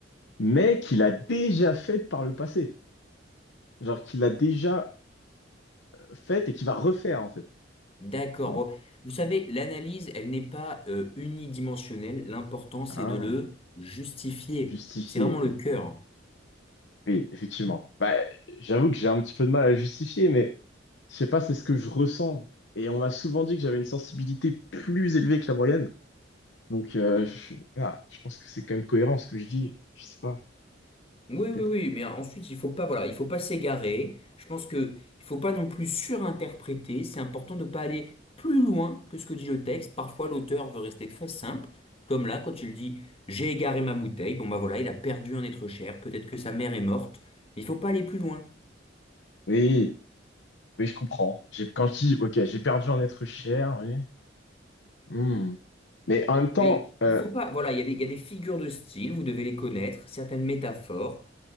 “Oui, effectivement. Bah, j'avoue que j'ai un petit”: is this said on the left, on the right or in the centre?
Left